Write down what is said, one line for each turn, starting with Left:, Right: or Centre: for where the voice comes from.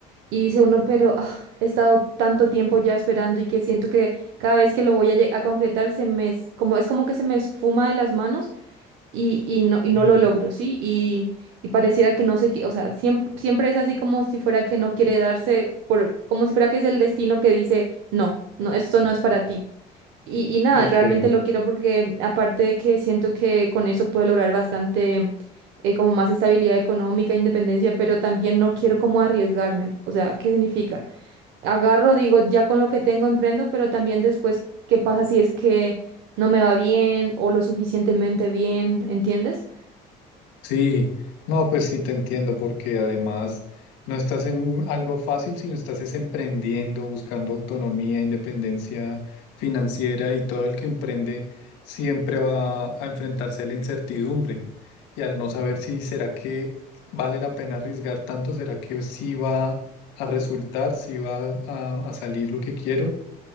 Right: Y dice uno, pero ah, he estado tanto tiempo ya esperando y que siento que cada vez que lo voy a, lle- a concretar se me es como es como que se me esfuma de las manos y, y no y no
Left: sí,
Right: lo logro, ¿sí? Y, y pareciera que no sé qué, o sea, siempre siempre es así como si fuera que no quiere darse por como si fuera que es el destino que dice, "No, no, esto no es para ti." Y, y nada,
Left: ok.
Right: realmente lo quiero porque aparte de que siento que con eso puedo lograr bastante eh, como más estabilidad económica, independencia, pero también no quiero como arriesgarme. O sea, ¿qué significa? Agarro, digo, ya con lo que tengo emprendo, pero también después, ¿qué pasa si es que no me va bien o lo suficientemente bien? ¿Entiendes?
Left: Sí, no, pues sí te entiendo, porque además no estás en algo fácil, sino estás es emprendiendo, buscando autonomía, independencia financiera y todo el que emprende siempre va a enfrentarse a la incertidumbre y al no saber si será que vale la pena arriesgar tanto, será que sí va a resultar, si va a, a salir lo que quiero